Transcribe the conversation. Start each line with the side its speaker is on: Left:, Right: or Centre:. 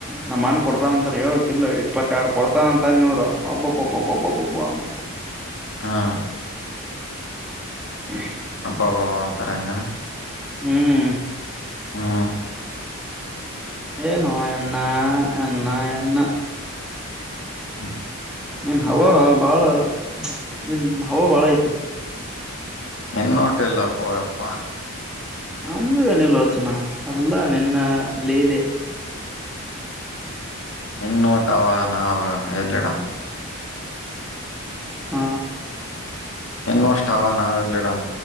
Centre: ನಮ್ಮ ಮಣ್ಣು ಕೊಡ್ತಾನ ಅಂತಾರೆ ಹೇಳ ಕಿಲ್ಲ ಇಪ್ಪತ್ತೆರಡು ಕೊಡ್ತಾನಂತ ಅಂದಂದ್ರು ಬಾ ಬ ಬಬ್ಬ ನಮಕ
Left: ಹಾ
Centre: ಹ
Left: ಹಬ್ಬ ಬ ಅಂತಾರ ಇಂದಾನ
Centre: ಹ್ಮ್
Left: ಹಾ
Centre: ಏನುೋ ಎನ್ನ ಎನ್ನ ಎನ್ನ
Left: ಹ್ಮ
Centre: ನೀನ್ ಹವ ಭಾಳ ನೀನ್ ಹವ ಭಾಳ ಐತಿ
Left: ಇನ್ನೋಟ್ಟ ಇಲ್ಲ ಪಪ್ಪಾ
Centre: ನಮ್ದ್ ಏನಿಲ್ಲ ಚಿನ್ನ ಎಲ್ಲ ನಿನ್ನ ಲೀಲೆ
Left: ಇನ್ ನೋಟಾವ ನಾವ್ ಎಲ್ಲಿಡಮ
Centre: ಹ
Left: ನಿನ್ನಿಷ್ಟ ಹವಾ ಅಷ್ಟ ನಾವೆಲ್ಲಿಡಮ